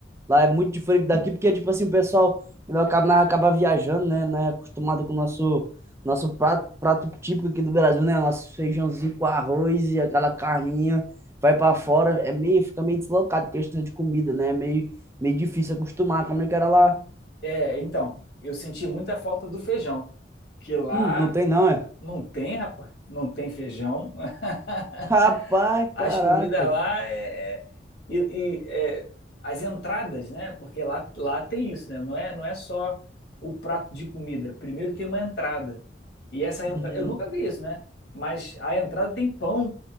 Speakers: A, on the right (about 15°); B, on the left (about 75°).
A: lá é muito diferente daqui, porque, tipo assim, o pessoal ainda acaba, nós acaba viajando, né? Nós é acostumado com o nosso, nosso prato, prato típico aqui do Brasil, né? Nosso feijãozinho com arroz e aquela carninha. Vai para fora, é meio, fica meio deslocado, questão de comida, né? É meio, meio difícil acostumar. Como é que era lá?
B: É, então, eu senti muita falta do feijão, que lá
A: Hum, não tem não, é?
B: não tem, rapaz, não tem feijão. <laughs>
A: <laughs> Rapaz,
B: As
A: caraca.
B: comidas lá é, é- e, e, é, as entradas, né? Porque lá, lá tem isso, né? Não é, não é só o prato de comida. Primeiro tem uma entrada. E essa entrada,
A: Hum,
B: eu nunca vi isso, né? Mas a entrada tem pão,